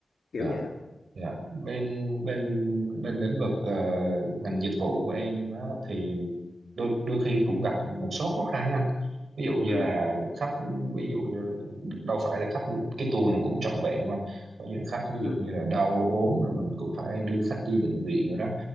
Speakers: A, on the right; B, on the left.
A: dạ
B: kiểu vậy đó
A: dạ bên bên bên lĩnh vực ờ, ngành dịch vụ của em á, thì đôi đôi khi cũng gặp một số khó khăn anh ví dụ như
B: ừ
A: là khách ví dụ như đâu phải là khách cái tour nào cũng trọn vẹn đâu anh có những khách ví
B: ừ
A: dụ như là đau ốm rồi mình cũng phải đưa khách đi bệnh viện rồi đó